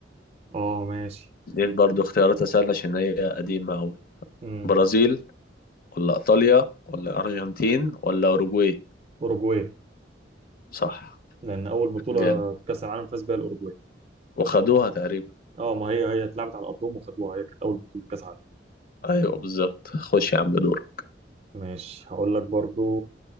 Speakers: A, on the right; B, on the left.
A: اه ماشي
B: ديك برضو اختيارات سهلة عشان هي قديمة قوي
A: امم
B: برازيل ولا ايطاليا ولا ارجنتين ولا اوروجواي
A: اوروجواي
B: صح
A: لان اول بطوله
B: جامد
A: كاس العالم فاز بيها الاوروجواي
B: وخدوها تقريبا
A: اه ما هي هي اتلعبت على ارضهم وخدوها هي كانت اول بطوله كاس عالم
B: ايوه بالظبط خش يا عم دور
A: ماشي هقول لك برضو